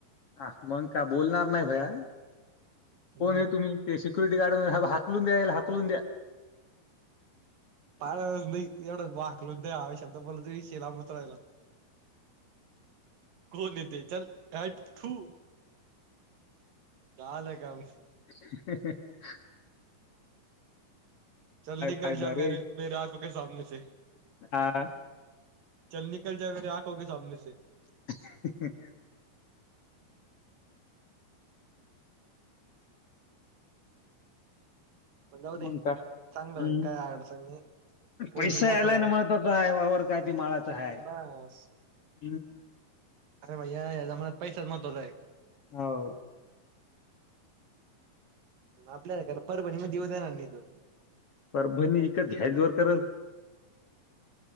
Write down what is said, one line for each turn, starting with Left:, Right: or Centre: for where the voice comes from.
Left: हा, मग का बोलणार नाही भैया कोण
Right: हम्म
Left: आहे तुम्ही ते स्यु गाड हाकलून द्याला हाकलून द्या-
Right: पा नाही एवढं वाकलो नाही हा शब्द बोलला त विषेलाभत राहिला. कोन य ते चल. काू चालं काम
Left: ह
Right: चल निकल
Left: फायदा
Right: जा म
Left: रे
Right: मेर आखो के समने से.
Left: हा,
Right: चल निकल जाय रे आखोे सामने स
Left: हह
Right: मण जाऊ दे
Left: मग
Right: चांगलं
Left: का हम्म.
Right: होईन काय अडचण नाही कोणी
Left: पैसा
Right: मोठं
Left: आलाय
Right: हो
Left: ना महत्वाचा हा वावर काय ते माळाचा हाय
Right: बस
Left: हम्.
Right: अरे भैय्या ह्या जमान्यात पैसाच आहे.
Left: हो
Right: आपल्याला का परभणी मग देऊ देणार नाही तो.
Left: परभणी इकत घ्याय जर करल.